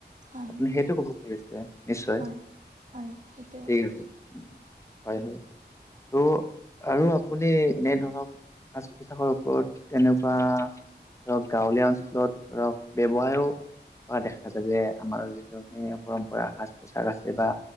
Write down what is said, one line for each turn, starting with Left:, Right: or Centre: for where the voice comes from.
Right: হয়
Left: আপুনি
Right: হয়
Left: সেইটো ক'ব খুজিছে নিশ্চয়।
Right: হয় হয় সেইটোৱে
Left: ঠিক
Right: হ'ব
Left: আছে। হয় হয়। ত' আৰু আপুনি এনে ধৰক সাজ-পোছাকৰ ওপৰত তেনেকুৱা ধৰক গাঁৱলীয়া অঞ্চলত ধৰক ব্যৱহাৰো পোৱা দেখা যায়, যে আমাৰ যিটো পৰম্পৰা সাজ-পোছাক আছে বা